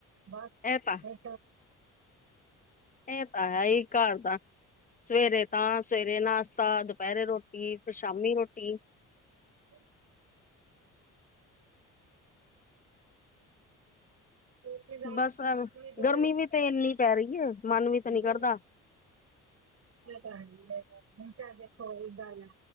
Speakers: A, on the right; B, on the left.
A: ਬਸ
B: ਇਹ ਤਾਂ
A: ਫ
B: ਇਹ ਤਾਂ ਹੈ ਹੀ ਘਰ ਦਾ ਸਵੇਰੇ ਤਾਂ ਸਵੇਰੇ ਨਾਸ਼ਤਾ, ਦੁਪਹਿਰੇ ਰੋਟੀ, ਫਿਰ ਸ਼ਾਮੀ ਰੋਟੀ
A: <unintelligible> ਹੋਸੀ ਨਾ
B: ਬਸ
A: ਅਸੀਂ ਵੀ ਕਦੇ
B: ਗਰਮੀ ਵੀ ਤੇ ਇੰਨੀ ਪੈ ਰਹੀ ਹੈ ਮਨ
A: <unintelligible>
B: ਵੀ ਤਾਂ ਨੀ ਕਰਦਾ
A: ਹੁਣ ਕਿਹਾ ਦੇਖੋ ਇਹ ਗੱਲ ਹੈ,